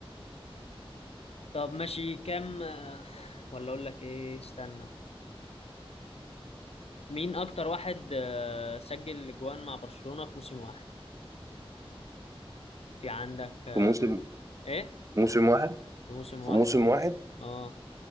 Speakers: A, on the left (about 80°); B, on the right (about 30°).
A: طب ماشي كام آه، ولا أقول لك إيه استنى مين أكتر واحد آه، سجل أجوان مع برشلونة في موسم واحد في عندك آه،
B: في موسم
A: إيه
B: موسم واحد
A: في موسم
B: في
A: واحد
B: موسم
A: أه
B: واحد
A: أه